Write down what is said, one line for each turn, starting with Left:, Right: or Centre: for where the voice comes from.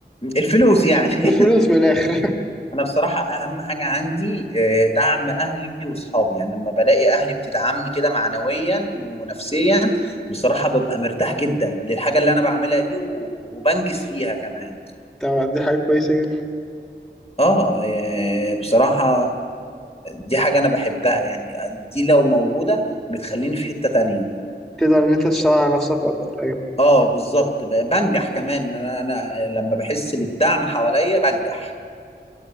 Left: الفلوس يعني
Centre: الفلوس
Left: <laughs>
Centre: من الاخر
Left: انا بصراحه اهم حاجه عندي آه، دعم اهلي واصحابي يعني لما بلاقي اهلي بتدعمني كده معنويا ونفسيا بصراحه ببقى مرتاح جدا للحاجه اللي انا بعملها دي و- وبنجز فيها كمان
Centre: <laughs> تمام دي حاجة كويسة جدا
Left: اه آه، بصراحه دي حاجه انا بحبها يعني دي لو موجوده بتخليني في حته تانية
Centre: تقدر ان انت تشتغل على نفسك اكتر ايوه
Left: اه بالظبط ب- بنجح كمان انا انا لما بحس بالدعم حواليا بنجح